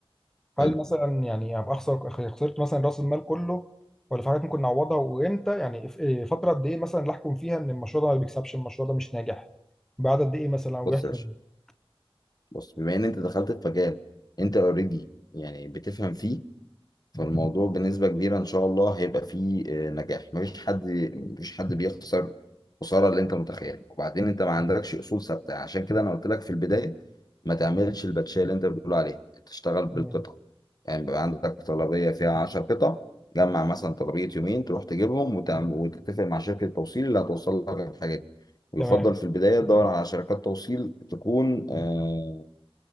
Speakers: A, in the centre; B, on the left (about 40°).
A: هل
B: حلو
A: مثلا يعني ابقى اخسر خسرت مثلا راس المال كله ولا في حاجات ممكن نعوضها وامتى يعني في- إيه فتره قد ايه مثلا اللي احكم فيها ان المشروع ده ما بيكسبش المشروع ده مش ناجح بعد قد ايه مثلا ويحصل
B: بص يا باشا
A: إيه؟
B: بص بما ان انت دخلت في مجال انت اوريدي يعني بتفهم فيه فالموضوع بنسبة كبيرة إن شاء الله هيبقى فيه آه، نجاح مفيش حد مفيش حد بيخسر خسارة اللي أنت متخيلها وبعدين أنت ما عندكش أصول ثابتة عشان كده أنا قلت لك في البداية ما تعملش الباتشية اللي أنت بتقول عليها أنت تشتغل بالقطع
A: مم.
B: يعني بيبقى عندك طلبية فيها 10 قطع جمع مثلا طلبية يومين تروح تجيبهم وتعمل وتتفق مع شركة توصيل اللي هتوصل لك الحاجة دي ويفضل
A: تمام
B: في البداية تدور على شركات توصيل تكون آه،